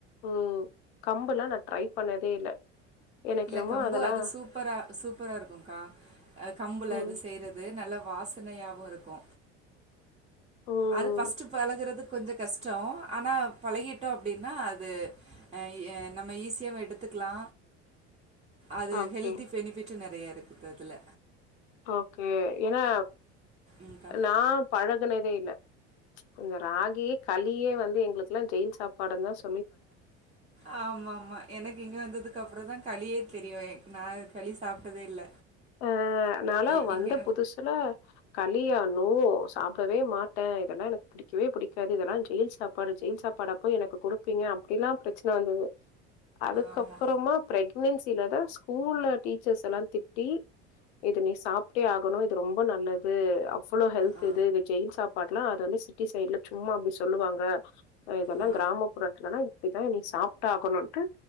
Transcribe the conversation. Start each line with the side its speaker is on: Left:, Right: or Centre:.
Left: ம் கம்புலா நா ட்ரை பண்ணதே இல்ல எனக்கு
Right: இல்ல
Left: என்னமோ
Right: கம்பு
Left: அதெல்லா
Right: அது சூப்பரா சூப்பரா இருக்கும் கா அ கம்புல
Left: ம்
Right: அது செய்றது நல்ல வாசனையாவு ‌ இருக்கு
Left: ம்
Right: அது ஃபர்ஸ்ட் பழகுறது கொஞ்சோ கஷ்டோ ஆனா பழகிட்டோ அப்டினா அது எ-எ நம்ம ஈஸியாவே எடுத்துக்குலா அது
Left: ஓகே
Right: ஹெல்த்தி ஃபெனிபிட் நறைய இருக்கறதுல
Left: ஓகே ஏனா
Right: ம்க்கா
Left: நா பழகுனதே இல்ல இந்த ராகியே களியே வந்து எங்ளுக்கெல்லா ஜெயில் சாப்பாடுனு தா சொ
Right: ஆமாம்மா எனக்கு இங்க வந்ததுக் அப்புறோதா கலியே தெரியுவே நா களி சாப்ட்டதே இல்ல
Left: அ நாலா
Right: இ
Left: வந்த
Right: இங்க
Left: புதுசுல களியா னூ சாப்டவே மாட்டே இதெல்லா எனக் பிடிக்கவே பிடிக்காது இதெல்லா ஜெயில் சாப்பாடு ஜெயில் சாப்பாடா போய் எனக்கு குடுப்பீங்க அப்டிலா பிரச் நல்லது அதுக்கப்பறமா
Right: ஆமா
Left: பிரெக் ன்னுசில தா ஸ்கூல்ல டீச்சர்ஸ் எல்லா திட் டி இத நீ சாப்டே ஆகணு இது ரொம்ப நல்லது அப் ஃபுல்லோ கெல்த்யிது
Right: ஆ
Left: இது ஜெயில் சாப் பட்லா அது வந்து சிட்டி சைடுல சும்மா அப்டி சொல்லுவாங்க இதெல்லா
Right: ஆ
Left: கிராமப்புறத்துலல்லா இப்டித்தா நீ சாப் ட்டா ஆகுணுட்டு